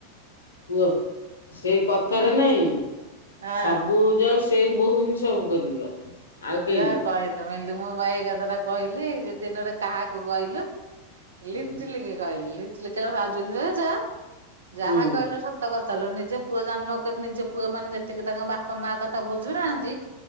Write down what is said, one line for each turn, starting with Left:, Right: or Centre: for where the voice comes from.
Left: ପୁଅ ସେଇ କଥାରେ
Right: ହଁ
Left: ନାଇଁ
Right: ହଁ
Left: ସବୁ ଯାଉ ତେଇ ବୋଉ ହି ସବୁ କରିବ। ଆଉ କେହି
Right: ଯାହା କହିଲ ମିଲୁ ମୋ ଭାଇକୁ ଏ କଥା ଟା କହିଲି ଦିନରେ କାହାକୁ କହିଲୁ?
Left: ନାଇଁ
Right: ଲିଟଲିକି କହିଲି ଲିଟଲି କହିଲା ହାଜୁଲ ହଉଜ ଯା ଯାହା
Left: ହୁଁ।
Right: କହିଲ ସ ତ କଥାଲୋ ନିଜେ ପୁଅ ଜନ୍ମ କରି ନିଜ ପୁଅ ମାନେ ଯେତିକି ତାଙ୍କ ବାପା ମା କଥା ବୁଝୁନାହାନ୍ତି